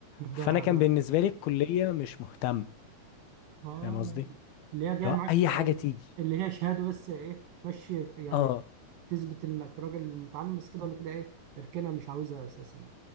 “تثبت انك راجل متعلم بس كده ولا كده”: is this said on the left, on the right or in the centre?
Right